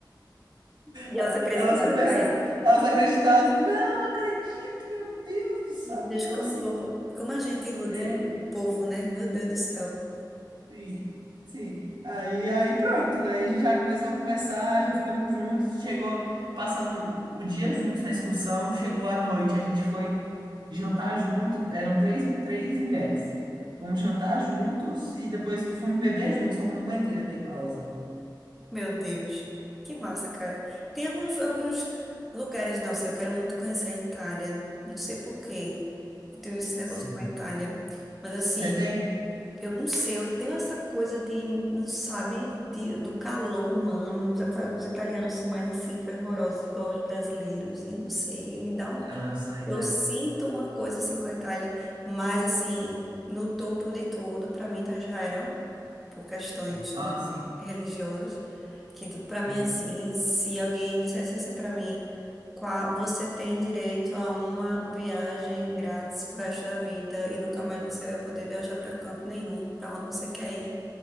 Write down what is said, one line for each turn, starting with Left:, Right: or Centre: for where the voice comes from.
Centre: E
Right: Elas,
Centre: elas acreditaram,
Right: elas começaram,
Centre: caiu.
Right: elas acreditaram. Não, não acredito, meu Deus do céu,
Centre: Meu Deus,
Right: não trouxe.
Centre: como o povo, como a gente iludiu
Right: É.
Centre: o povo, né? Meu Deus do céu.
Right: Sim, sim. Aí, aí pronto. Aí a gente já começou a conversar, já ficamos juntos. Chegou, passamos o dia juntos na excursão. Chegou à noite, a gente foi jantar junto. Eram três, três mulheres. Fomos jantar juntos e depois fomos beber juntos, só que eu não aguentei beber com elas, não.
Centre: Meu Deus, que massa, cara. Tem alguns, alguns lugares, nossa, eu quero muito conhecer a Itália. Não sei por quê. Eu tenho esse negócio
Right: Sim.
Centre: com a Itália. Mas assim,
Right: Você tem?
Centre: eu não sei, eu tenho essa coisa de, não sabe, de, do calor humano. Os, ita- os italianos são mais assim, fervorosos, igual os brasileiros. E não sei, me dá um.
Right: Ah, só na Itália.
Centre: Eu sinto uma coisa assim com a Itália, mas assim, no topo de tudo, pra mim tá Israel por questões,
Right: Ah,
Centre: né,
Right: sim.
Centre: religiosas, que para mim
Right: Uhum.
Centre: assim, se alguém dissesse assim para mim, qual você tem direito a uma viagem grátis pro resto da vida e nunca mais você vai poder viajar para canto nenhum, para onde você quer ir,